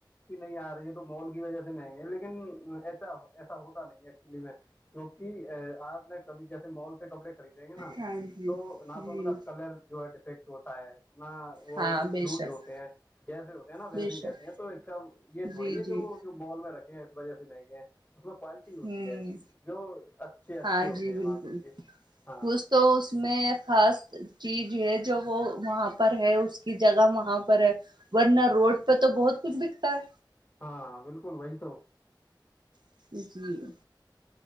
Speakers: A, on the left; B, on the right.
A: کہ نہیں آ رہی ہے تو مال کی وجہ سے مہنگے ہیں لیکن ایسا ایسا ہوتا نہیں ہے ایکچولی میں کیونکہ آپ نے کبھی جیسے مال سے کپڑے خریدیں گے نا
B: ہاں جی
A: تو نہ
B: جی
A: تو ان کا ک لر جو ہے ڈیفیکٹ ہوتا ہے نہ وہ
B: ہاں بے
A: لوز
B: شک
A: ہوتے ہیں جیسے ہوتے ہیں نا ویسے
B: بے شک
A: ہی رہتے ہیں تو اس کا یہ تھوڑی
B: جی
A: ہے
B: جی
A: کہ وہ جو مال میں رکھ ہیں اس وجہ سے مہنگے ہیں اس میں کوال ٹی ہوتی
B: ہوں
A: ہے جو اچھے اچھے
B: ہاں
A: ہوتے
B: جی
A: ہیں
B: بالکل
A: اب آپ لیجیے ہاں
B: کچھ تو اس میں خاص چیز ہے جو وہ وہاں پر ہے اس کی جگہ وہاں پر ہے ورنہ روڈ پہ تو بہت کچھ بکتا ہے
A: ہاں بالکل وہی تو
B: ہے جی